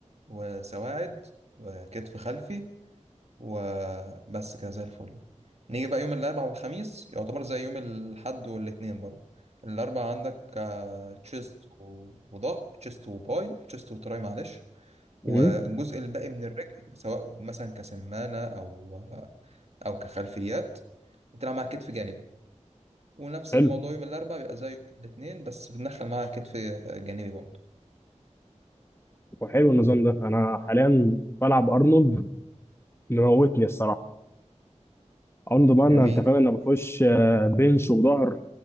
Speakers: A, on the right; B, on the left.
A: وسواعد وكتف خلفي وبس كده زي الفل نيجي بقى يوم الأربعاء والخميس يعتبر زي يوم الحد والاثنين برضه الأربعاء عندك آه، تشيست وظهر تشيست وباي تشيست وتراي معلش والجزء
B: امم
A: الباقي من الرجل سواء مثلا كسمانة أو آه، أو كخلفيات وتلعب مع كتف جانبي ونفس
B: حلو
A: الموضوع يوم الاربعاء بيبقى زي يوم الاثنين بس بندخل معاها كتف جانبي برضه
B: وحلو النظام ده انا حاليا بلعب ارنولد مموتني الصراحه ارنولد بقى انا-
A: جميل
B: انت فاهم انا بخش آه، بنش وظهر